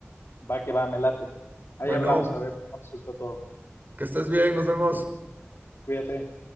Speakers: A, on the left; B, on the right.
A: Va que va, me late. Ahí
B: Bueno,
A: hablamos a ver cómo resultó todo.
B: que estés bien, nos vemos.
A: Cuídate.